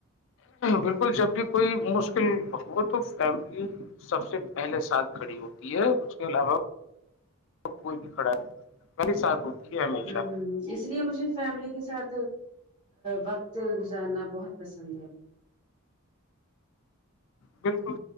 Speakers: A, on the left; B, on the right.
A: بالکل جب بھی کوئی مشکل ہو تو فیملی سب سے پہلے ساتھ کھڑی ہوتی ہے اس کے علاوہ کوئی بھی کھڑا نہیں میری ساتھ ہوتی ہے ہمیشہ
B: ہوں اس لیے مجھے فیملی کے ساتھ وقت گزارنا بہت پسند ہے
A: بالکل